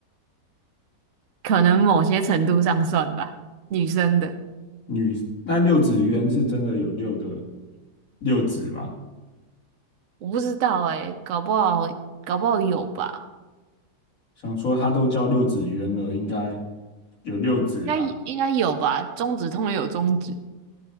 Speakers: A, on the right; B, on the left.
A: 可能某些程度上算吧，女生的。
B: 女，那六子渊是真的有六个六子吗？
A: 我不知道哎、搞不好搞不好有吧，
B: 想说它都叫六子渊了，应该有六子吧？
A: 应该应该有吧。中指通常有中指。